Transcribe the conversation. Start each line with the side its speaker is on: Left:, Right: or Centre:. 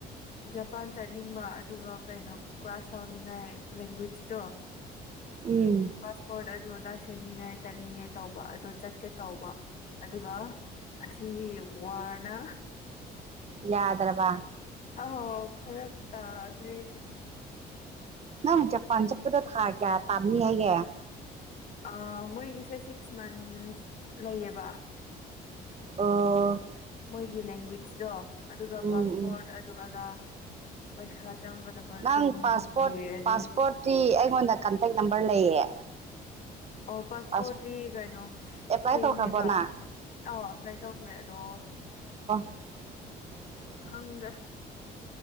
Left: ꯖꯄꯥꯟ ꯆꯠꯅꯤꯡꯕ ꯑꯗꯨꯒ ꯀꯩꯅꯣ ꯀ꯭ꯂꯥꯁ ꯂꯧꯥꯎꯅꯤꯡꯉꯥꯏ ꯂꯦꯡꯒ꯭ꯋꯦꯖꯀꯤꯗꯣ
Right: ꯎꯝ
Left: ꯄꯥꯁꯄꯣꯠ ꯑꯗꯨ ꯑꯗ ꯁꯤ ꯁꯦꯝꯅꯤꯡꯉꯥꯏ ꯆꯠꯅꯤꯡꯉꯦ ꯇꯧꯕ ꯑꯗꯣ ꯆꯠꯀꯦ ꯇꯧꯕ ꯑꯗꯨꯒ ꯑꯁꯤ ꯋꯥꯔꯅ
Right: ꯌꯥꯗ꯭ꯔꯕꯥ
Left: ꯈꯪꯉꯣ ꯐꯔꯛ ꯇꯥꯒ꯭ꯔꯦ
Right: ꯅꯪ ꯖꯄꯥꯟ ꯆꯠꯄꯗ ꯊꯥ ꯀꯌꯥ ꯇꯥꯝꯅꯤ ꯍꯥꯏꯒꯦ
Left: ꯑꯥ ꯃꯣꯏꯒꯤꯁꯦ ꯁꯤꯛꯁ ꯃꯟꯁ ꯂꯩꯌꯦꯕ
Right: ꯑꯣ
Left: ꯃꯣꯏꯒꯤ ꯂꯦꯡꯒ꯭ꯋꯦꯖꯗꯣ ꯑꯗꯨꯒ
Right: ꯎꯝ
Left: ꯄꯥꯁꯄꯣꯔꯠ
Right: ꯎꯝ
Left: ꯑꯗꯨ ꯑꯗꯥ ꯄꯩꯁꯥ ꯆꯪꯒꯗꯕꯁꯤꯡ
Right: ꯅꯪ ꯄꯥꯁꯄꯣꯔꯠ
Left: ꯂꯣꯏꯔꯗꯤ
Right: ꯄꯥꯁꯄꯣꯔꯠꯇꯤ ꯑꯩꯉꯣꯟꯗ ꯀꯟꯇꯦꯛ ꯅꯝꯕꯔ ꯂꯩꯌꯦ
Left: ꯑꯣ ꯄꯥꯁꯄꯣꯔꯠꯇꯤ
Right: ꯄꯥꯁ
Left: ꯀꯩꯅꯣ
Right: ꯑꯦꯄ꯭ꯂꯥꯏ
Left: ꯁꯦꯝꯃꯦꯕ
Right: ꯇꯧꯈ꯭ꯔꯕꯣ ꯅꯪ
Left: ꯑꯥ ꯑꯦꯄ꯭ꯂꯥꯏ ꯇꯧꯈ꯭ꯔꯦ ꯑꯗꯣ
Right: <inaudible>
Left: ꯈꯪꯗ꯭ꯔꯦ